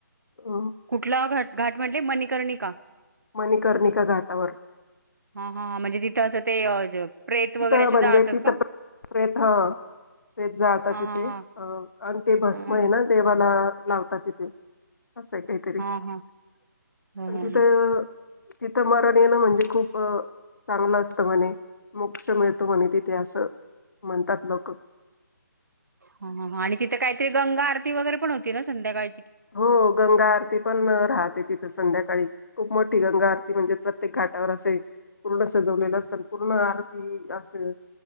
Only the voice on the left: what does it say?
अ
मणिकर्णिका घाटावर
तिथ
म्हणजे
तिथेत
हा प्रेतं प्रेत जाळता
तिथे
अ आणि ते भस्म
आहे ना देवाला लावतात तिथे असं काहीतरी
आणि
तिथं
तिथं मरण ये नं म्हणजे खूप चांगलं असतं म्हणे. मोक्ष मिळतो म्हणे तिथे असं म्हणतात लोकं
हो गंगा आरती पण राहते तिथं संध्याकाळी. खूप मोठी गंगा आरती म्हणजे प्रत्येक घाटावर असे पूर्ण सजवलेलं असत पूर्ण आरती असं